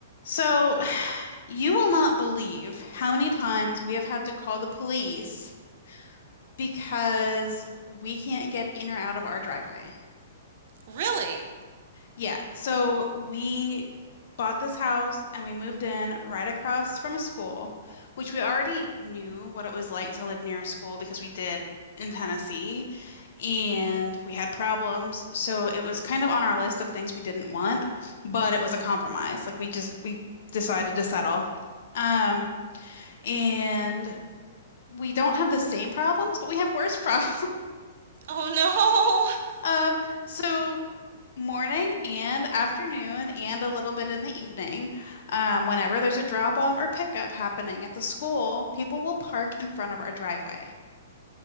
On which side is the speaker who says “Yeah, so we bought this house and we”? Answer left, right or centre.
Left